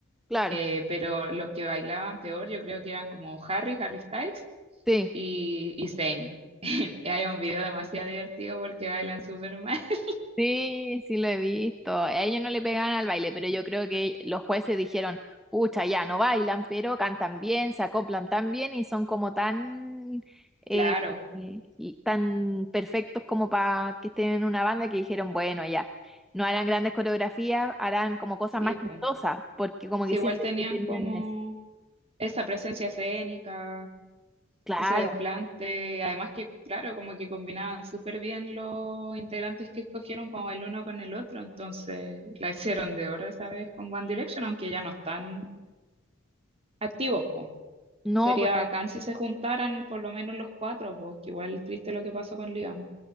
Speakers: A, in the centre; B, on the right.
A: claro,
B: Eh, pero los que bailaban peor yo creo que eran como Harry, Harry Styles
A: sí.
B: y, y Zayn. <laughs> Y hay un video demasiado divertido porque bailan súper mal. <laughs>
A: Sí, sí lo he visto. A ellos no le pegaban al baile, pero yo creo que los jueces dijeron, pucha, ya no bailan, pero cantan bien, se acoplan tan bien y son como tan, eh,
B: Claro,
A: eh, y tan perfectos como para que estén en una banda que dijeron, bueno, ya, no harán grandes coreografías, harán como cosas
B: sí,
A: más
B: pues.
A: chistosas, porque como
B: Sí,
A: que
B: igual
A: sienten
B: tenían
A: que tenían
B: como
A: eso.
B: esa presencia escénica,
A: Claro,
B: ese desplante. Además que, claro, como que combinaban súper bien los integrantes que escogieron como el uno con el otro, entonces la hicieron de oro esa vez con One Direction, aunque ya no están activos, pues.
A: no,
B: Sería
A: porque...
B: bacán si se juntaran por lo menos los cuatro, pues, que igual triste lo que pasó con Liam.